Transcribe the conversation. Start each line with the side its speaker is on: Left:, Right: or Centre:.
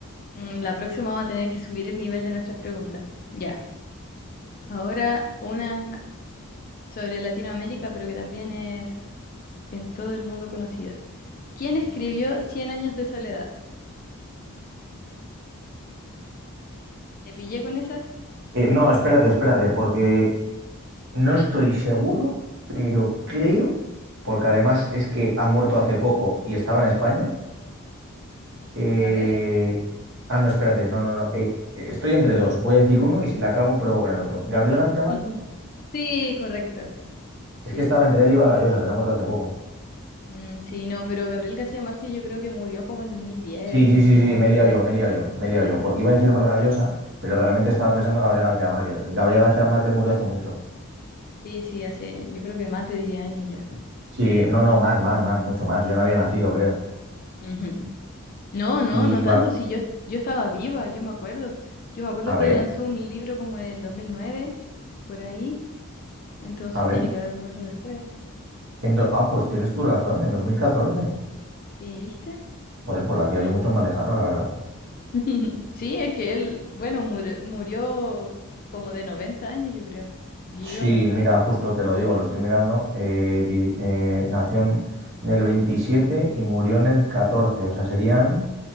Left: Mm, La próxima vamos a tener que subir el nivel de nuestras preguntas. Ya. Ahora una sobre Latinoamérica, pero que también es en todo el mundo conocida. ¿Quién escribió Cien años de soledad? ¿Te pillé con esa?
Right: Eh, no, espérate, espérate, porque no estoy seguro, pero creo, porque además es que ha muerto hace poco y estaba en España. eh,
Left: A ver.
Right: Ah, no, espérate, no, no, no. eh, eh, estoy entre dos. Voy a decir uno y si la cago, pruebo con el otro. Gabriel García Márquez,
Left: <laughs> Sí, correcto.
Right: es
Left: Sí.
Right: que estaba entre él y Vargas Llosa, que se ha muerto hace poco.
Left: Mm, sí, no, pero Gabriel García Márquez yo creo que murió como el dos dos mil diez,
Right: Sí,
Left: dos
Right: sí,
Left: mil
Right: sí, sí,
Left: once.
Right: me he liado yo, me he liado yo, me he liado yo,
Left: hace
Right: porque
Left: un
Right: iba
Left: rato.
Right: a decir Vargallosa, pero realmente estaba pensando en Gabriel García Márquez. Gabriel García Márquez murió hace mucho.
Left: Sí, sí, hace, yo creo que más de 10 años ya.
Right: Sí, no, no, más, más, más, mucho más. Yo no había nacido, creo.
Left: Ujú. No, no,
Right: Y
Left: no tanto.
Right: Bar-
Left: Sí, yo, yo estaba viva, yo me acuerdo. Yo me acuerdo
Right: a ver,
Left: que él lanzó un libro como en el 2009, por ahí. Entonces
Right: a ver.
Left: tiene que haber muerto después.
Right: en do- ah, pues tienes tu razón, en 2014.
Left: Sí, ¿viste?
Right: Joder, pues lo hacía
Left: Ujú.
Right: yo mucho más lejano, la verdad.
Left: <laughs> Sí, es que él, bueno, murió, murió como de 90 años, yo creo. Vivió
Right: Sí,
Left: bastante.
Right: mira, justo te lo digo, lo estoy mirando. eh, di- eh, nació en el 27 y murió en el 14, o sea, serían